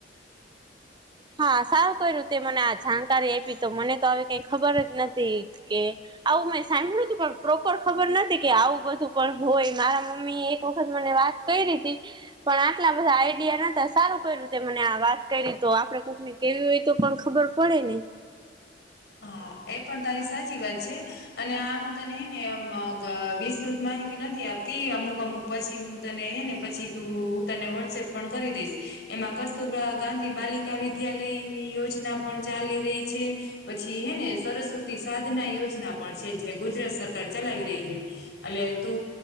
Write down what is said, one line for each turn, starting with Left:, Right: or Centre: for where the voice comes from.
Right: હા સારું, કઈ રીતે મને આ જાણકારી આપી તો, મને તો હવે કઈ ખબર જ નથી કે. આવું મેં સાંભળ્યું તું, પણ પ્રોપર ખબર નથી કે, આવું બધું પણ હોય, મારા મમ્મી એક વખત મને વાત પણ આટલા બધા આઈડિયા નતા, સારું કરઈું તે મને વાત કરી તો આપડે. ક ને કેવી હોય તો, પણ ખબર પડે ને.
Left: હા, એ પણ તારી સાચી વાત છે. અને આ હું તને હે નેમ વિસ્તૃત માહિતી નથી આપતી, અમુક-અમુક. પછી હું તને હ ને, પછી તું હું તને વોટ્સએપ પણ કરી દઈશ, એમાં કસ્તુરબા ગાંધી બાલિકા. વિદ્યાલયની યોજના પણ ચાલી રહી છે. પછી હે ને, સરસ્વતી સાધના યોજના પણ છે, જે ગુજરાત સરકાર ચલાવી રહી હ. અલ્યા એતો